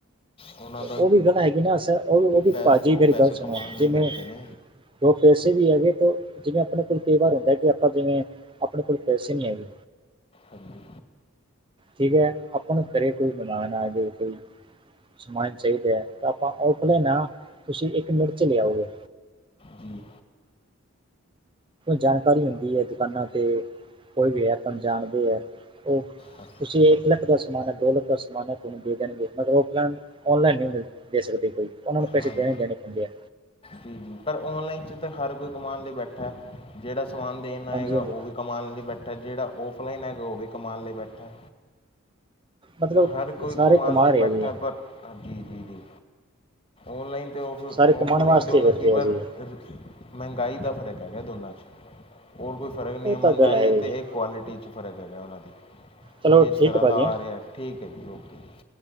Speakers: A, on the left (about 25°); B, on the right (about 25°).
A: ਉਹਨਾਂ
B: ਉਹ ਵੀ ਪਤਾ ਹੈਗੀ ਨਾ, ਉਹ -ਉਹ ਵੀ
A: ਪੈ
B: ਭਾਜੀ
A: ਦੋ
B: ਮੇਰੀ
A: ਪੈਸੇ
B: ਗੱਲ ਸੁਣਾ
A: ਕਮਾਉਣ ਲਈ
B: ਜਿਵੇਂ
A: ਬੈਠੇ ਨੇ
B: ਦੋ ਪੈਸੇ ਵੀ ਹੈਗੇ, ਤੇ ਜਿਵੇਂ ਆਪਣੇ ਕੋਲ ਕਈ ਵਾਰ ਹੁੰਦਾ, ਕਿ ਆਪਾਂ ਜਿਵੇਂ ਆਪਣੇ ਕੋਲ ਪੈਸੇ ਨਹੀਂ ਹੈਗੇ।
A: ਹਾਂਜੀ।
B: ਠੀਕ ਹੈ, ਆਪਾਂ ਨੂੰ ਘਰੇ ਕੋਈ ਮਨਾਣ ਆ ਜਾਏ ਕੋਈ। ਸਮਾਨ ਚਾਹੀਦਾ ਹੈ, ਤਾਂ ਆਪਾਂ ਆਫਲਾਈਨ ਨਾ, ਤੁਸੀਂ ਇੱਕ ਮਿਨਟ ਵਿੱਚ ਲਿਆਓਗੇ।
A: ਜੀ
B: ਜਾਣਕਾਰੀ ਹੁੰਦੀ ਹੈ, ਦੁਕਾਨਾਂ ਤੇ ਕੋਈ ਵੀ ਹੈ, ਆਪਾਂ ਜਾਣਦੇ ਹੈ। ਉਹ
A: ਹਾਂ-
B: ਤੁਸੀਂ ਇੱਕ ਲੱਖ ਦਾ ਸਮਾਨ ਹੈ, ਦੋ ਲੱਖ ਦਾ ਸਮਾਨ ਹੈ, ਤੁਹਾਨੂੰ ਦੇ ਦੇਣਗੇ, ਮਤਲਬ ਆਫਲਾਈਨ ਔਨਲਾਈਨ ਨਹੀਂ, ਮਿਲ ਦੇ ਸਕਦੇ ਕੋਈ, ਉਹਨਾਂ ਨੂੰ ਪੈਸੇ
A: ਹਾਂਜੀ
B: ਦੇਣੇ, ਦੇਣੇ ਪੈਂਦੇ ਆ।
A: ਜੀ ਜੀ, ਪਰ ਔਨਲਾਈਨ ਚ ਤਾਂ ਹਰ ਕੋਈ ਕਮਉਣ ਲਈ ਬੈਠਾ, ਜਿਹੜਾ ਸਮਾਨ ਦੇਣ ਆਏਗਾ
B: ਹਾਂਜੀ ਹਾਂਜੀ
A: ਉਹ ਵੀ ਕਮਉਣ ਲਈ ਬੈਠਾ, ਜਿਹੜਾ ਆਫਲਾਈਨ ਹੈਗਾ ਉਹ ਵੀ ਕਮਉਣ ਲਈ ਬੈਠਾ।
B: ਮਤਲਬ
A: ਹਰ ਕੋਈ
B: ਸਾਰੇ
A: ਕਮਾਉਣ
B: ਕਮਾ
A: ਲਈ
B: ਰਹੇ
A: ਬੈਠਾ,
B: ਆ ਜੀ
A: ਪਰ ਹਾਂਜੀ, ਜੀ -ਜੀ, ਔਨਲਾਈਨ ਅਤੇ ਔਫ,
B: ਸਾਰੇ ਕਮਾਉਣ
A: ਔਫਲਾਈਨ
B: ਵਾਸਤੇ
A: ਦੋਨੋਂ
B: ਬੈਠੇ
A: ਸਹੀ
B: ਆ
A: ਪਰ
B: ਜੀ
A: ਮਹਿੰਗਾਈ ਦਾ ਫਰਕ ਹੈਗਾ ਦੋਨਾਂ 'ਚ, ਹੋਰ ਕੋਈ ਫਰਕ ਨਹੀਂ
B: ਇਹ
A: ਹੈ, ਮਹਿੰਗਾਈ
B: ਤਾਂ ਗੱਲ
A: ਅਤੇ
B: ਜੀ
A: ਇੱਕ ਕੁਆਲਿਟੀ 'ਚ ਫਰਕ ਹੈਗਾ, ਉਹਨਾਂ ਦੀ,
B: ਚਲੋ
A: ਕਿਸ
B: ਠੀਕ
A: ਤਰ੍ਹਾਂ
B: ਹੈ ਭਾਜੀ
A: ਦਾ
B: ਹੈਂ।
A: ਆ ਰਿਹਾ, ਠੀਕ ਹੈ ਜੀ, ਓਕੇ ਜੀ।